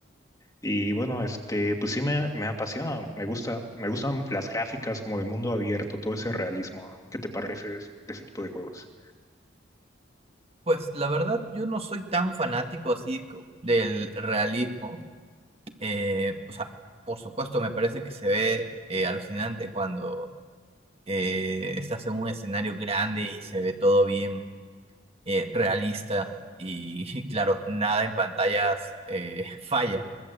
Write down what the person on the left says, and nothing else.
Y bueno, este, pues sí me, me apasiona, me gusta, me gustan las gráficas como de mundo abierto, todo ese realismo. ¿Qué te parece de ese tipo de juegos?